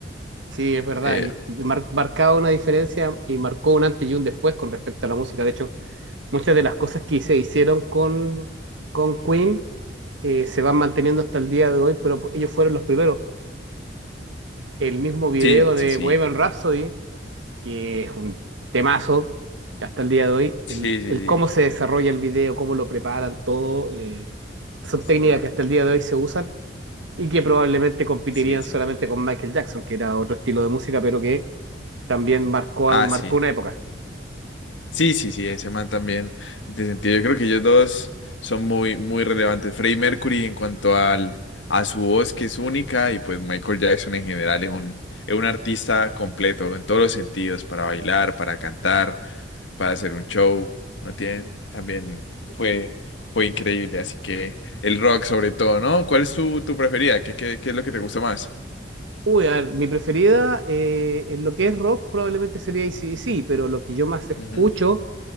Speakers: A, on the right; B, on the left.
A: Sí, es verdad,
B: Eh,
A: y, y mar- marcaba una diferencia y marcó un antes y un después con respecto a la música. De hecho, muchas de las cosas que se hicieron con, con Queen eh, se van manteniendo hasta el día de hoy, pero ellos fueron los primeros. El mismo video
B: sí,
A: de
B: sí, sí,
A: Bohemian Rhapsody, que es un temazo hasta el día de hoy,
B: sí,
A: el,
B: sí,
A: el cómo se desarrolla el video, cómo lo preparan, todo, eh, son
B: sí,
A: técnicas que hasta el día de hoy se usan y que probablemente competirían
B: sí, sí,
A: solamente
B: sí. sí.
A: con Michael Jackson, que era otro estilo de música, pero que también marcó,
B: Ah,
A: marcó
B: sí.
A: una época.
B: Sí, sí, sí, ese man también de sentido. Yo creo que ellos dos son muy, muy relevantes. Freddie Mercury en cuanto al, a su voz, que es única, y pues Michael Jackson en general es un, es un artista completo en todos los sentidos, para bailar, para cantar, para hacer un show. No tiene, también fue, fue increíble. Así que el rock sobre todo, ¿no? ¿Cuál es tu, tu preferida? ¿Qué, qué, qué es lo que te gusta más?
A: Uy, a ver, mi preferida eh, en lo que es rock probablemente sería ac pero lo que yo más escucho
B: Ujú,